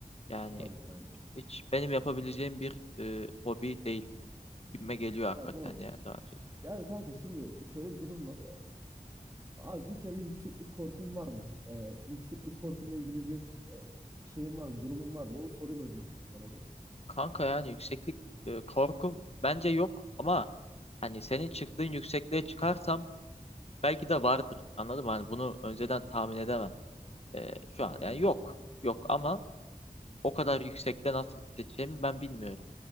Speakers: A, on the left; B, on the right.
A: Yani
B: Tabii ki aynen.
A: hiç benim yapabileceğim bir e, hobi değil gibime geliyor hakikaten
B: Ya doğru
A: yani
B: doğru.
A: daha önce.
B: Yani kanka şimdi şöyle bir durum var. Abi bir kere yükseklik korkun var mı? Ee, yükseklik korkunla ilgili bir e, şeyin var mı? Durumun var mı? Onu sorayım öncelikle sana da.
A: Kanka yani yükseklik e, korkum bence yok ama hani senin çıktığın yüksekliğe çıkarsam belki de vardır. Anladın mı? Hani bunu önceden tahmin
B: Hmm.
A: edemem. E, şu
B: Okey
A: an yani
B: anladım.
A: yok. Yok ama o kadar yüksekte nasıl hissedeceğimi ben bilmiyorum.